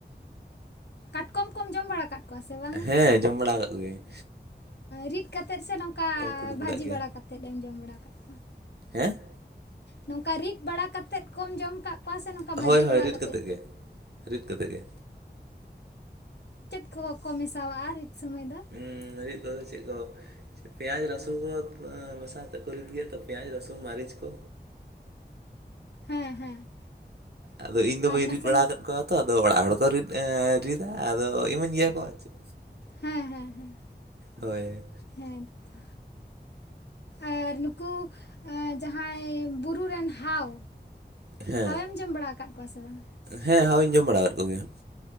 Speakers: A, on the left; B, on the right.
A: ᱠᱟᱴᱠᱚᱢ ᱠᱚᱢ ᱡᱚᱢ ᱵᱟᱲᱟ ᱠᱟᱜ ᱠᱚᱣᱟ ᱥᱮ ᱵᱟᱝᱟ
B: ᱦᱮᱸ ᱡᱚᱢ ᱵᱟᱲᱟ ᱠᱟᱫ ᱠᱚᱜᱮᱭᱤᱧ᱾
A: ᱨᱤᱫ ᱠᱟᱛᱮᱫ ᱥᱮ ᱱᱚᱝᱠᱟ
B: ᱠᱚ ᱩᱰᱩᱠ
A: ᱵᱷᱟᱹᱡᱤ
B: ᱵᱟᱲᱟᱜ ᱜᱮᱭᱟ
A: ᱵᱟᱲᱟ ᱠᱟᱛᱮᱫ ᱮᱢ ᱡᱚᱢ ᱵᱟᱲᱟ ᱟᱠᱟᱫ ᱠᱚᱣᱟ᱾
B: ᱦᱮᱸ
A: ᱱᱚᱝᱠᱟ ᱨᱤᱫ ᱵᱟᱲᱟ ᱠᱟᱛᱮᱜ ᱠᱚᱢ ᱡᱚᱢ ᱠᱟᱜ ᱚᱠᱟ ᱥᱮ ᱱᱚᱝᱠᱟ
B: ᱦᱳᱭ
A: ᱵᱷᱟᱹᱡᱤ
B: ᱦᱳᱭ
A: ᱵᱟᱲᱟ
B: ᱨᱤᱫ
A: ᱠᱟᱛᱮᱜ
B: ᱠᱟᱛᱮᱫ ᱜᱮ ᱨᱤᱫ ᱠᱟᱛᱮᱫ ᱜᱮ
A: ᱪᱮᱫ ᱠᱚᱠᱚ ᱢᱮᱥᱟᱣᱟᱜᱼᱟ? ᱨᱤᱫ ᱥᱚᱢᱚᱭ ᱫᱚ
B: ᱩᱸ ᱨᱤᱫ ᱠᱚᱫᱚ ᱪᱮᱫ ᱠᱚ ᱯᱮᱸᱭᱟᱡᱽ ᱨᱟᱥᱩᱱ ᱠᱚ ᱢᱮᱥᱟ ᱠᱟᱛᱮᱫ ᱠᱚ ᱨᱤᱫ ᱜᱮᱭᱟ ᱛᱚ ᱯᱮᱸᱭᱟᱡᱽ ᱨᱟᱥᱩᱱ ᱢᱟᱨᱤᱪ ᱠᱚ
A: ᱦᱮᱸ ᱦᱮᱸ
B: ᱟᱫᱚ ᱤᱧ ᱫᱚ
A: ᱟᱨ
B: ᱵᱟᱹᱧ
A: ᱱᱟᱥᱮᱱᱟᱜ
B: ᱨᱤᱫ ᱵᱟᱲᱟ ᱟᱠᱟᱫ ᱠᱚᱣᱟ ᱛᱚ ᱟᱫᱚ ᱚᱲᱟᱜ ᱦᱚᱲ ᱠᱚ ᱨᱤᱫ ᱨᱤᱫᱟ ᱟᱫᱚ ᱤᱢᱟᱹᱧ ᱜᱮᱭᱟ ᱠᱚ ᱟᱨ ᱪᱮᱫ
A: ᱦᱮᱸ ᱦᱮᱸ ᱦᱮᱸ
B: ᱦᱳᱭ᱾
A: ᱦᱮᱸ ᱛᱚ᱾ ᱟᱨ ᱱᱩᱠᱩ ᱟᱹ ᱡᱟᱦᱟᱭ ᱵᱩᱨᱩ ᱨᱮᱱ ᱦᱟᱣ,
B: ᱦᱮᱸ
A: ᱦᱟᱣ ᱮᱢ ᱡᱚᱢ ᱵᱟᱲᱟ ᱟᱠᱟᱫ ᱠᱚᱣᱟ ᱥᱮ ᱵᱟᱝ
B: ᱦᱮᱸ ᱦᱟᱣ ᱤᱧ ᱡᱚᱢ ᱵᱟᱲᱟ ᱟᱠᱟᱫ ᱠᱚᱜᱮᱭᱟ᱾